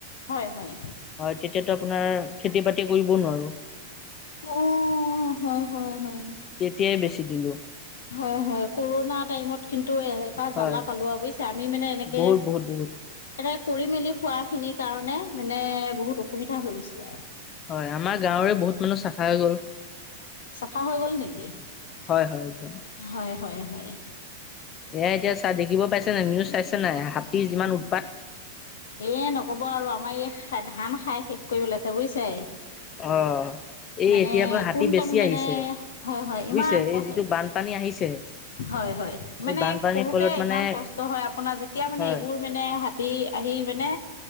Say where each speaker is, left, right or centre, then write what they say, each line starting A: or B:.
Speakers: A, on the left (about 80°); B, on the left (about 30°).
A: হয় হয়।
B: হয়, তেতিয়াতো অপোনাৰ খেতি বাতি কৰিব নোৱাৰোঁ।
A: অ' হয় হয় হয়।
B: তেতিয়াই বেচি দিলোঁ।
A: হয় হয়, কৰোণা টাইমত কিন্তু এটা
B: হয়
A: জ্বালা পালোৱে বুইছে। আমি মানে এনেকে।
B: বহুত বহুত বহুত
A: এনে কৰি মেলি খোৱাখিনিৰ কাৰণে বহুত অসুবিধা হৈ গৈছিলে আৰু।
B: হয়, আমাৰ গাঁৱৰে বহুত মানুহ চাফা হৈ গ'ল।
A: চাফা হৈ গ'ল নেকি?
B: হয় হয় একদম
A: হয় হয় হয়।
B: এ, এতিয়া চা দেখিব পাইছে নাই, নিউজ চাইছে নাই, হাতী যিমান উৎপাত।
A: এ, নক'ব আৰু আমাৰ এই ধান খাই শেষ কৰি পেলাইছে বুজিছে?
B: অ'। এই
A: মানে
B: এতিয়াৰপৰা হাতী
A: কোন
B: বেছি
A: টাইম মানে
B: আহিছে,
A: হয় হয় ইমান
B: বুজিছে, এই যিটো বানপানী আহিছে।
A: হয় হয়, মানে
B: এই বানপানীৰ
A: কৰোঁতে
B: ফলত মানে
A: ইমান কষ্ট হয় আপোনাৰ যেতিয়া মানে
B: হয়
A: এইবোৰ মানে হা, তি আহি মানে